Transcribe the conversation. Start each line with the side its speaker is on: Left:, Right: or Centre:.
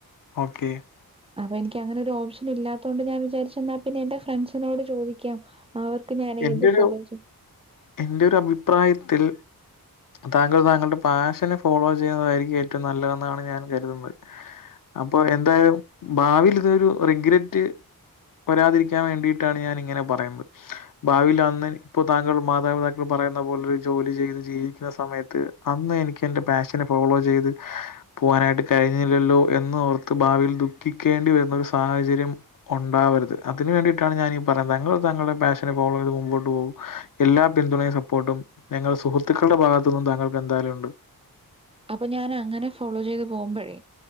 Left: ഓക്കെ
Right: അപ്പൊ എനിക്ക് അങ്ങനെ ഒരു ഓപ്ഷൻ ഇല്ലാത്തൊണ്ട് ഞാൻ വിചാരിച്ചെന്നാൽ പിന്നെ എന്റെ ഫ്രണ്ട്സിനോട് ചോദിക്കാം അവർക്ക് ഞാൻ
Left: എന്റെ
Right: ഏത്
Left: ഒരു
Right: ഫോളോ
Left: എന്റെ ഒരു അഭിപ്രായത്തിൽ താങ്കൾ താങ്കളുടെ പാഷനെ ഫോളോ ചെയ്യുന്നതായിരിക്കും ഏറ്റവും നല്ലതെന്നാണ് ഞാൻ കരുതുന്നത് അപ്പോ എന്തായാലും ഭാവിയിൽ ഇതൊരു റിഗ്രറ്റ് വരാതിരിക്കാൻ വേണ്ടിയിട്ടാണ് ഞാൻ ഇങ്ങനെ പറയുന്നത് ഭാവിൽ അന്ന് ഇപ്പോതാങ്കൾ മാതാപിതാക്കൾ പറയുന്ന പോലെരു ജോലി ചെയ്ത് ജീവിക്കുന്ന സമയത്ത് അന്ന് എനിക്ക് എന്റെ പാഷനെ ഫോളോ ചെയ്ത് പോവാനായിട്ട് കഴിഞ്ഞില്ലല്ലോ എന്ന് ഓർത്ത് ഭാവിയിൽ ദുഃഖിക്കേണ്ടി വരുന്ന ഒരു സാഹചര്യം ഒണ്ടാവരുത് അതിന് വേണ്ടിയിട്ടാണ് ഞാനീ പറയുന്നത് താങ്കൾ താങ്കളുടെ പാഷൻ ഫോളോ ചെയ്ത് മുമ്പോട്ട് പോകൂ എല്ലാ പിന്തുണയും സപ്പോർട്ടും ഞങൾ സുഹൃത്തുക്കളുടെ ഭാഗത്തു നിന്നും താങ്കൾക്ക് എന്തായാലും ഉണ്ട്
Right: അപ്പൊ ഞാൻ അങ്ങനെ ഫോളോ ചെയ്ത് പോകുമ്പോഴേ